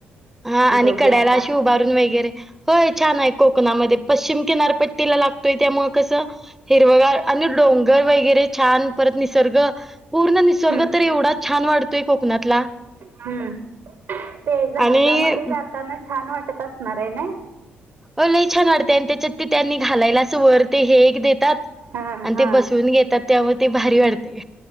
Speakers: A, in the centre; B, on the right (about 60°).
A: हा, आणि
B: बघूया
A: कड्याला
B: आता
A: अशी उभारून वगैरे, होय छान आहे कोकणामध्ये पश्चिम किनारपट्टीला लागतोय त्यामुळ कसं. हिरवगाळ आणि डोंगर वगैरे छान परत निसर्ग पूर्ण नि''--'' स्र्ग
B: हम्म,
A: तर एवढाच छान वाढतोय कोकणातला.
B: हम्म. ते जहाजामध्ये
A: आणि
B: जाताना छान वाटत असणार आहे ना.
A: अ लई छान वाटतय आणि त्याच्यात ते त्यांनी घालायला असं वर ते हे एक देतात.
B: हा
A: आणि
B: हा
A: ते बसवून घेतात तेव ते भारी वाटतय.